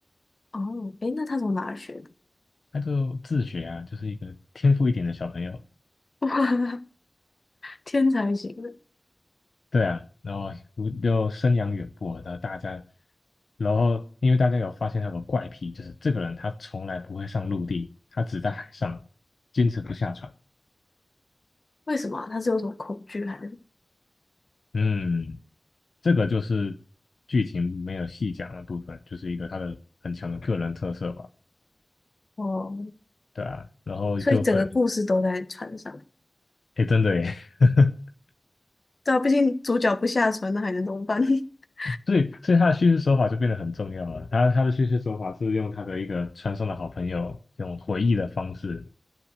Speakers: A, on the left; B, on the left.
A: 哦，诶，那他从哪儿学的？
B: 他就自学啊，就是一个天赋一点的小朋友，
A: <laughs> 天才型的，
B: 对啊，然后我就生养远播啊，然后大家，然后因为大家有发现他有个怪癖，就是这个人他从来不会上陆地，他只在海上，坚持不下船。
A: 为什么啊他是有什么恐惧还是？
B: 嗯，这个就是剧情没有细讲的部分，就是一个他的很强的个人特色吧，
A: 哦，
B: 对啊，然后就会，
A: 所以整个故事都在船上。
B: 哎，真的耶，<laughs>
A: 对啊，毕竟主角不下船，那还能怎么办？<laughs>
B: 所以，所以他的叙事手法就变得很重要了。他他的叙事手法是用他的一个传送的好朋友，用回忆的方式